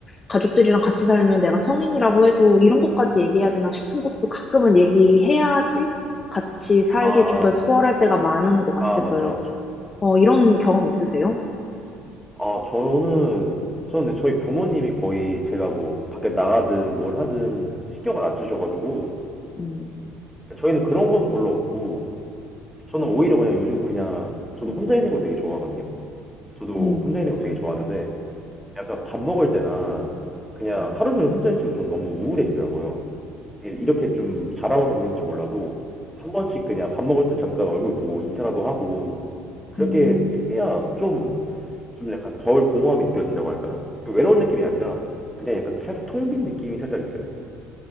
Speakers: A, on the left (about 25°); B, in the centre.
A: 가족들이랑 같이 살면 내가 성인이라고 해도 이런 것까지 얘기해야 되나 싶은 것도 가끔은 얘기해야지 같이 살기
B: 아,
A: 좀 더 수월할 때가 많은 것 같아서요.
B: 아, 맞죠, 맞죠.
A: 어, 이런 경험 있으세요?
B: 아, 저는, 저는 근데 저희 부모님이 거의 제가 뭐, 밖에 나가든 뭘 하든 신경을 안 쓰셔가지고,
A: 음,
B: 저희는 그런 건 별로 없고, 저는 오히려 그냥 요즘 그냥, 저도 혼자 있는 걸 되게 좋아하거든요? 저도
A: 음,
B: 혼자 있는 걸 되게 좋아하는데, 약간 밥 먹을 때나, 그냥
A: 아,
B: 하루 종일 혼자 있으면 좀 너무 우울해지더라고요. 예, 이렇게 좀 자라와서 그런지 몰라도, 한 번씩 그냥 밥 먹을 때 잠깐 얼굴 보고 인사라도 하고, 그렇게
A: 음.
B: 해야 좀 좀 약간 덜 공허함이 느껴진다고 할까나? 그 외로운 느낌이 아니라 그냥 약간 살짝 통빈 느낌이 살짝 있어요.